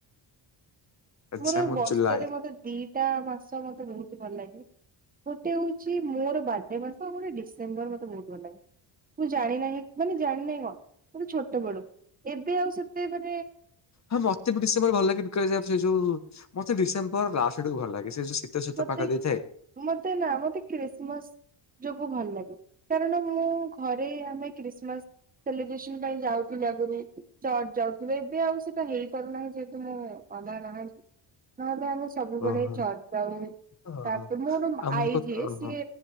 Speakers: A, on the left; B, on the right.
A: ଆଚ୍ଛା
B: ମୋର ବର୍ଷରେ
A: ଜୁଲାଇ
B: ମତେ ଦିଟା ମାସ ମତେ ବହୁତ ହ ଭଲ ଲାଗେ। ଗୋଟେ ହଉଛି ମୋର ବାର୍ଥଡେ ମାସ ଆଉ ଗୋଟେ ଡିସେମ୍ବର ମତେ ବହୁତଲ ଲାଗେ। ମୁଁ ଜାଣି ନାହିଁ ମାନେ ଜାଣିିନହିଁ କଣ ଗୋଟେ ଛୋଟ ବେଳୁ ଏବେ ଆଉ ସେତେ ମନେ
A: ହଁ ମତେ ବି ଡିସେମ୍ବର ଭଲ ଲାଗେ ବିକା ସେ ଯୋଉ ମତେ ଡିସେମ୍ବର ଲାଷ୍ଟ ଆଡାକୁ ଭଲ ଲାଗେ ସେ ଯୋ ଶୀତ ଶୀତ
B: ମତେ
A: ପାଖ ଦେଇଥାଏ।
B: ମତେ ନା ମତେ କ୍ରିସମାସ୍ ଯୋବୁ ଭଲ ଲାଗେ କାରଣ ମୁଁ ଘରେ ଆମେ କ୍ରିସମାସ୍ ସେଲିବ୍ରେସନ ପାଇଁ ଯାଉଥିଲେ ଆଗରୁ। ଚର୍ଚ ଯାଉିବ ଏବେ ଆଉ ସେଟା ହେଇପାରୁନାହିଁ ଯେହେତୁ ମୁଁ ଆଜା ନାହାନ୍ତି। ନହେଲେ ଆମେ ସବୁବେଳେ
A: ଓହୋ
B: ଚର୍ଚ୍ଚ ଆଉ
A: ଓହୋ
B: ତାପରେ ମୋର
A: ଆମକୁ
B: ଆଇ ଯିଏ
A: ଓହୋ
B: ସିଏ